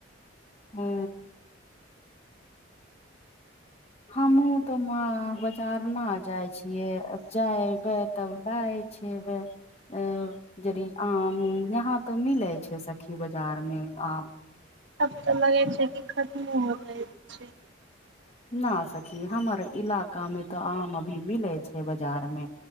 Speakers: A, on the left; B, on the right.
A: हू हमू तऽ म बजार न जाइ छियै आ जाएबय तब लएइ छियैबे आ जदि आम उम यहाँ त मिले छै सखी बाजार मे आम
B: तब तऽ लगे छै कि खत्म हो जाइ छै
A: न सखी हमार इलाका मे तऽ आम अभी मिले छै बाजार मे